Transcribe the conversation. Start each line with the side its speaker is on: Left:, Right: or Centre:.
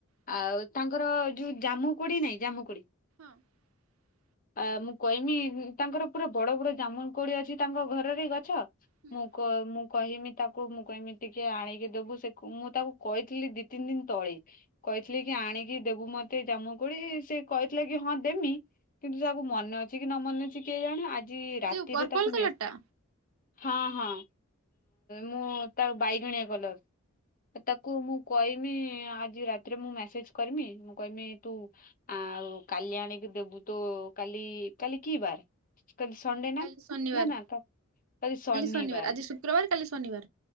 Right: ହୁଁ
Left: ଆଉ ତାଙ୍କର ଯୋଉ ଜାମୁ କୋଳି ନାଇଁ ଜାମୁ କୋଳି
Right: <inaudible>
Left: ଆ ମୁଁ କହିମି ତାଙ୍କର ପୁରା ବଡ ବଡ ଜାମୁନ କୋଳି ଅଛି ତାଙ୍କ ଘରରେ ଗଛ।
Right: ହୁଁ
Left: ମୁଁ କ ମୁଁ କହିମି ତାକୁ ମୁଁ କହିମି ଟିକେ ଆଣିକି ଦବୁ ସେ ମୁଁ ତାକୁ କହିଥିଲି ଦି ତିନି ଦିନ ତଳେ। କହିଥିଲି
Right: ଆଚ୍ଛା
Left: କି ଆଣିକି ଦେବୁ ମତେ ଜାମୁ କୋଳି ସେ କହିଥିଲେ କି ହଁ ଦେମି। କିନ୍ତୁ ତାକୁ ମନେ ଅଛି କି ନ ମନେ ଅଛି କିଏ ଜାଣେ ଆଜି
Right: ସେ
Left: ରାତିରେ
Right: ଯୋଉ ପର୍ପଲ
Left: ତାକୁ
Right: କଲର
Left: ମେ
Right: ଟା?
Left: ହଁ ହଁ ମୁଁ ତା ବାଇଗଣିଆ କଲର ତାକୁ ମୁଁ କହିମି ଆଜି ରାତିରେ ମୁଁ ମେସେଜ କରିମି ମୁଁ କହମି ତୁ ଆଉ କାଲି ଆଣିକି ଦେବୁ ତ କାଲି। କାଲି କିିବାର? କାଲି ସଣ୍ଡେ ନା।
Right: କାଲି ଶନିବାର
Left: ନା ନା ତ କାଲି ଶନିିବାର।
Right: ଶନିବାର ଆଜି ଶୁକ୍ରବାର କାଲି ଶନିବାର।